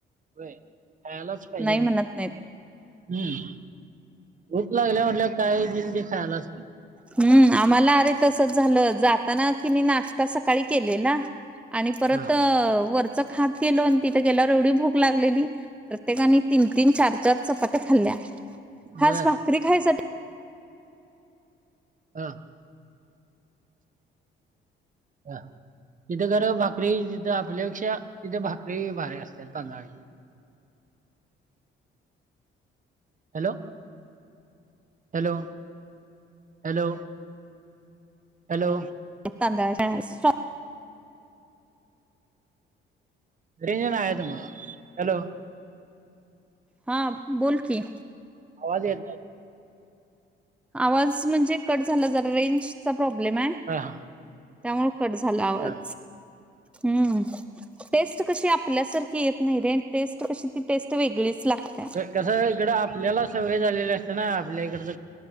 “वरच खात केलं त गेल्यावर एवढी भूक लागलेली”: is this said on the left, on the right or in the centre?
Centre